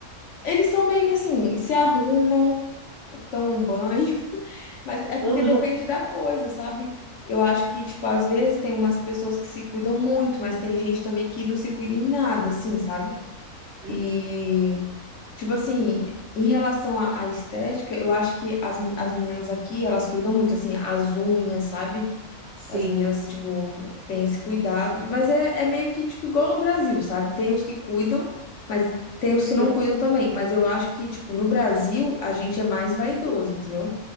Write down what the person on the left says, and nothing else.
eles são meio que assim, se arrumam, tomam um banho, <laughs> mas é porque
depende da coisa, sabe? Eu acho que, tipo, às vezes tem umas pessoas que se cuidam muito, mas tem gente também que não se cuida em nada, assim, sabe?
E, tipo assim, em relação à, à estética, eu acho que as, as meninas aqui, elas cuidam muito, assim, as unhas, sabe?
As meninas, tipo, têm esse cuidado. Mas é, é meio que, tipo, igual no Brasil, sabe? Tem os que cuidam, mas tem os
que
não
cuidam também. Mas eu acho que, tipo, no Brasil, a gente é mais vaidoso, entendeu?